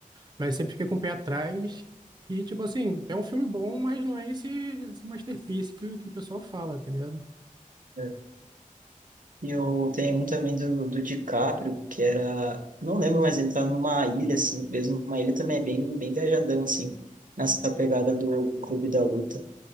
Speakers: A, on the right; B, on the right.
A: Mas sempre fiquei com o pé atrás. E, tipo assim, é um filme bom, mas não é esse, esse masterpiece que, o- que o pessoal fala, tá ligado?
B: É. E eu tenho um também do, do DiCaprio, que era, não lembro, mas ele tá numa ilha, assim, preso numa ilha também, é bem, bem viajadão, assim, nessa pegada do Clube da Luta.